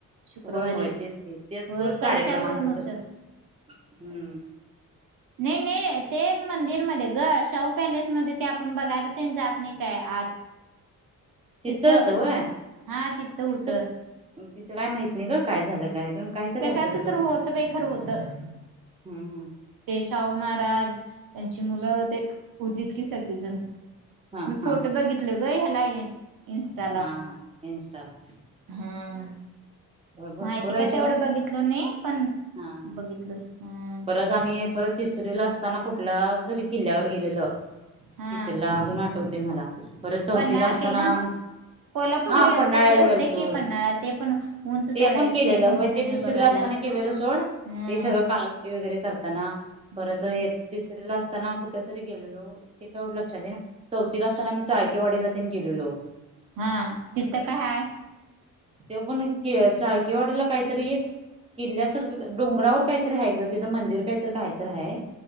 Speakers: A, on the right (about 70°); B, on the right (about 15°).
A: शुक्रवारी
B: होय होय तेच ते तेच
A: होय
B: तोच कार्यक्रम
A: कलशारोहण
B: असल
A: होतं
B: दुसरा हम्म!
A: नाही नाही ते मंदिरमध्ये ग शाहू पॅलेसमध्ये ते आपण बघायला, ते जात नाही काय आत.
B: तीत
A: तिथं
B: होत होय.
A: हा होतं
B: तिथं काय माहित नाही ग काय झालंय कार्यक्रम काहीतरी
A: कशाच
B: असेल सोड
A: तर होतं बाई खरं होतं
B: हम्म हम्
A: ते शाहू महाराज त्यांची मुलं ते होतीत की सगळीजण
B: हा
A: मी
B: हा
A: फोटो बघितलो ग ह्याला हे इन्स्टाला
B: हा हा. इंस्टाला
A: हम
B: होय भरपूर
A: माहिती
B: आहे
A: काय
B: सोड.
A: तेवढं बघितलो नाही पण
B: हा हा
A: बघितलोय हा
B: परत आम्ही परत तिसरी ला असताना कुठल्या तरी किल्ल्यावर गेलेलो
A: हा
B: तिसरीला अजून आठवते मला परत चौथीला
A: पन्हाळा
B: असताना
A: किल्ला कोल्हापूरला
B: हा पन्हाळ्याला
A: ते होते
B: गेलतो.
A: की पन्हाळा ते पण उंच चढायचं
B: ते पण केलेल होय
A: पण छान
B: ते
A: आहे
B: दुसरीला
A: बघायला
B: असताना केलेल सोड
A: हम्म
B: ते सगळ <unintelligible> वगैरे करताना
A: हम्म
B: परत येत असताना कुठ तरी गेलेलो ते तेवढ लक्षात येईना चौथीला असताना मी चाळकेवाडीला तेन गेलेलो
A: हा तिथ काय हाय
B: तेव पण चाळकेवाडीला काहीतरी किल्ल्यासारख डोंगरावर काहीतरी आहे ग तिथ मंदिर काहीतरी काहीतर आहे